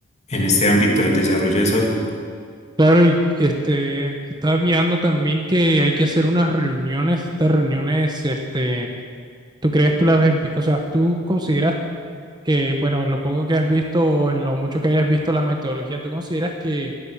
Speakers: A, on the left; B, on the right.
A: en este ámbito del desarrollo de software.
B: Claro, y este, estaba mirando también que hay que hacer unas reuniones, estas reuniones, este, ¿tú crees, tú las ves, vi- o sea, tú consideras que, bueno, en lo poco que has visto o en lo mucho que hayas visto la metodología, ¿tú consideras que